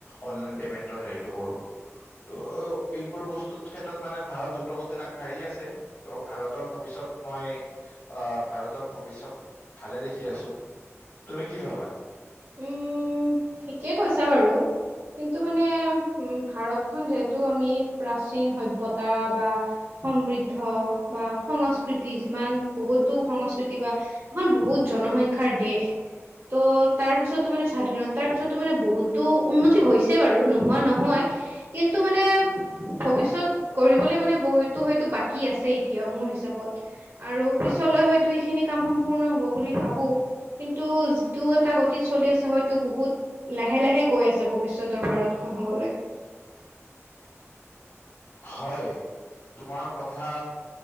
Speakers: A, on the left (about 70°); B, on the right (about 55°).
A: অনলাইন পেমেন্টৰ হেৰিটো কৰো ত' এইবোৰ বস্তু ক্ষেত্ৰত মানে ভাৰত দগতিত আগবাঢ়ি আছে ত' ভাৰতৰ ভৱিষ্যত মই আহ ভাৰতৰ ভৱিষয়ত ভালে দেখি আছো। তুমি কি ভাবা?
B: উম ঠিকেই কৈছা বাৰু কিন্তু মানে উ ভাৰতখন যিহেতু আমি প্ৰাচীন সভ্যতা বা সমৃদ্ধ বা সংস্কৃতি যিমান বহুতো সংস্কৃতি বা এখন বহুত জন জনসংখ্যাৰ দেশ ত' তাৰ পিছতো মানে স্বাধীনতাৰ পিছত মানে বহুতো উন্নতি হৈছে বাৰু নোহোৱা নহয় কিন্তু মানে ভৱিষ্যত কৰিবলৈ মানে বহুতো হয়তো বাকী আছে এতিয়াও মোৰ হিচাপত আৰু পিছলৈ হয়টো সিখিনি কাম সম্পূৰ্ণ হ'ব বুলি ভাবো কিন্তু যি এটা গতিত চলি আছে হয়তো বহুত লাহে-লাহে গৈ আছে ভৱিষ্যতৰ ভাৰতখন হ'বলৈ। <inaudible>
A: হয় তোমাৰ কথা